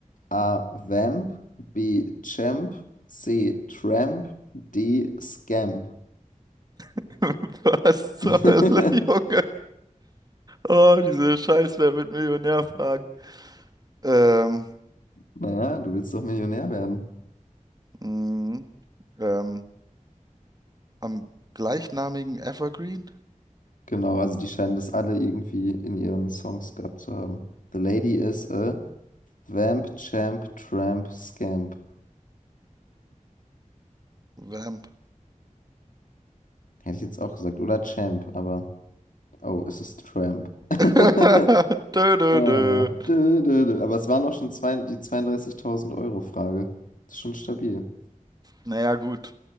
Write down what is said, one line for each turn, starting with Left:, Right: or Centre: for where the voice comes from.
Left: A. Vamp. B. Champ. C. Tramp. D. Scamp.
Right: <laughs> Was zur
Left: <laughs>
Right: Hölle, Junge? Oh, diese Scheiß, wer wird Millionär fragen? Ähm,
Left: Naja, du willst doch Millionär werden.
Right: mh, ähm, am gleichnamigen Evergreen?
Left: Genau, also die scheinen das alle irgendwie in ihren Songs gehabt zu haben. The Lady is a Vamp, Champ, Tramp, Scamp.
Right: Vamp.
Left: Hätte ich jetzt auch gesagt. Oder Champ, aber. Oh, es ist Tramp. <laughs>
Right: <laughs> Dö, dö,
Left: Äh,
Right: dö.
Left: dö, dö, dö. Aber es waren auch schon zwei, die 32.000 Euro Frage. ist schon stabil.
Right: Naja, gut,